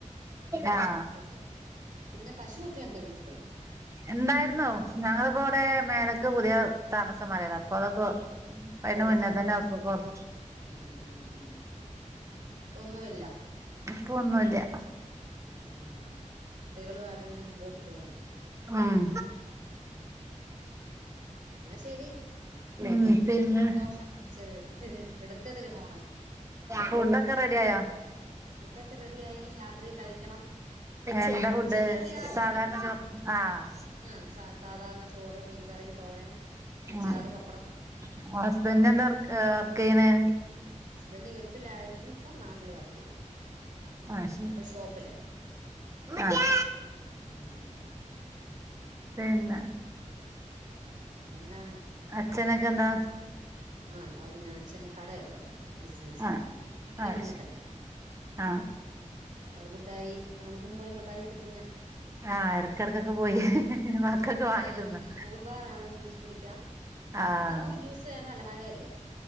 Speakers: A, on the right; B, on the right.
A: ആഹ്
B: അതുകൊണ്ട്. പിന്നെ പശുവൊക്കെ എണ്ടൊ വീട്ടില്
A: എണ്ടായിരുന്നു ഞങ്ങളിപ്പോ ഇവിടെ
B: ഉം
A: മേലക്ക് പുതിയ താമസം മാറിയതാ അപ്പൊ അതൊക്കെ അതിന്
B: കൊടുത്താ
A: മുന്നേ തന്നെ
B: അത്
A: ഒക്കെ
B: ശെരി
A: കൊറച്ച്
B: ഉം ഉം ഉം ഇപ്പൊ ഒന്നുവില്ല
A: ഇപ്പൊ ഒന്നൂല്ല്യ
B: ഉം കുട്ടികളുവായിട്ട് ഇങ്ങനെ മുമ്പോട്ട് പോവുന്നു
A: ഉം
B: ഉം എന്നാ ശരി
A: ഉം പിന്നെ
B: സന്തോഷം വിളിച്ചതില് എടുത്തതില് ഫോണ്
A: ഫുഡ്‌ ഒക്കെ റെഡിയായോ
B: ഫുഡൊക്കെ റെഡിയായി രാത്രീ കഴിക്കണം
A: എന്താ ഫുഡ്
B: ഉച്ചയ്ക്ക് റെഡിയാവുമല്ലോ
A: സാധാരണ ചോറ് ആഹ്
B: ആഹ് സ സാധാരണ ചോറ് മീൻകറി തോരൻ അച്ചാറ്
A: ഉം
B: പപ്പടം
A: ഹസ്ബന്റ് എന്താ വർ ഏഹ് വർക്ക് ചെയ്യനെ
B: ഹസ്ബന്റ് ഗൾഫിലായിരുന്നു ഇപ്പം നാട്ടില് വർക്ക് ചെയ്യുന്നു
A: ആഹ് ശരി
B: ഒരു ഷോപ്പില്
A: ആഹ്
B: ഉം
A: പിന്നെ
B: പിന്നെന്താണ്
A: അച്ഛനെക്കെന്താ
B: ആഹ് അവു ഞാ അച്ഛന് കടയുണ്ട് ബിസിനസ്സ്
A: ആഹ്
B: വീട്ടിന്റെ
A: ആഹ്
B: മുന്നിൽ
A: ശരി ആഹ്
B: അത് മുട്ടായി നമുക്കും പോയി മുട്ടായി ഒക്ക തിന്നാം.
A: ആഹ് ഇടക്കിടക്കൊക്കെ പോയി മക്കക്ക്‌
B: മിഠായി
A: വാങ്ങി തിന്നാം
B: കുടിക്കാം കൂൾ ബാറാണ് ജ്യൂസ് കുടിക്കാം
A: ആഹ്
B: ഇപ്പൊ നമുക്ക് ജ്യൂസ് വേണ്ടാല്ലാ മഴയല്ലേ